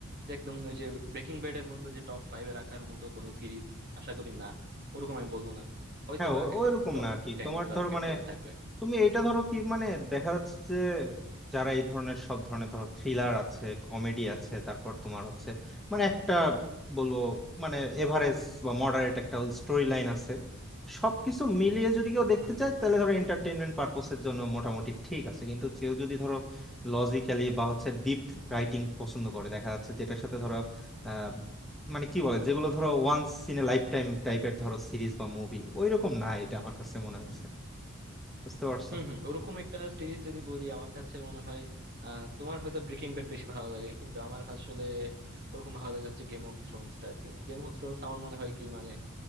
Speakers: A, on the right; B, in the centre.
A: যে একদম ওই যে ব্রেকিং ব্যাড এর মতো যে টপ ফাইভে রাখার মতো কোনো সিরিজ আশা করি না ওরকম আমি বলবো না হয়তোবা
B: হ্যাঁ ও-
A: হ্যাঁ
B: ওইরকম
A: টপ
B: না আর কি
A: টেন
B: তোমার
A: বা
B: ধরো
A: ফিফটিনে
B: মানে
A: থাকবে আর কি
B: তুমি এটা ধরো কি মানে দেখা যাচ্ছে যে যারা এই ধরনের সব ধরনের ধরো থ্রিলার আছে কমেডি আছে তারপর তোমার হচ্ছে মানে একটা বলবো মানে এভারেজ বা মডারেট একটা স্টোরি লাইন আছে সবকিছু মিলিয়ে যদি কেউ দেখতে
A: হম
B: চায়
A: হম
B: তাহলে ধরো এন্টারটেইনমেন্ট পারপোসের জন্য মোটামুটি ঠিক আছে কিন্তু কেউ যদি ধরো লজিক্যালি বা হচ্ছে ডিপ রাইটিং পছন্দ করে দেখা যাচ্ছে যেটার সাথে ধরো আহ মানে কি বলে যেগুলো ধরো once in a lifetime টাইপের ধরো সিরিজ বা মুভি ওইরকম না এটা আমার কাছে মনে
A: হম
B: হচ্ছে
A: হম।
B: বুঝতে পারছো
A: হম হম ওরকম একটা সিরিজ যদি বলি আমার কাছে মনে হয় আহ তোমার হয়তো ব্রেকিং ব্যাড বেশি ভালো লাগে কিন্তু আমার আসলে ওরকম ভালো লাগে হচ্ছে গেম অফ থ্রোনসটা আর কি গেম অফ থ্রোনস আমার মনে হয় কি মানে